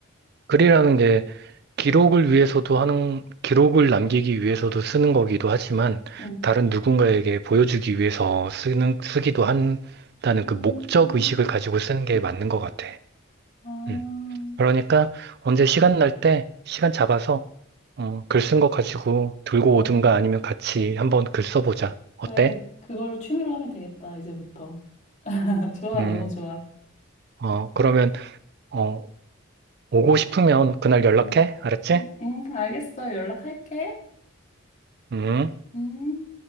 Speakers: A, on the right; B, on the left.
A: 글이라는 게 기록을 위해서도 하는, 기록을 남기기 위해서도 쓰는 거기도 하지만,
B: 응.
A: 다른 누군가에게 보여주기 위해서 쓰는, 쓰기도 한다는
B: 음.
A: 그 목적 의식을 가지고 쓰는 게 맞는 것 같아.
B: 아,
A: 음. 그러니까, 언제 시간 날 때, 시간 잡아서, 어, 글 쓴 거 가지고 들고
B: 어,
A: 오든가 아니면 같이 한번 글 써보자. 어때?
B: 그래, 그걸 취미로 하면 되겠다, 이제부터. <laughs> 좋아,
A: 음,
B: 너무 좋아.
A: 어, 그러면, 어, 오고 싶으면 그날 연락해?
B: 응,
A: 알았지?
B: 응, 응, 알겠어. 연락할게.
A: 음.
B: 음.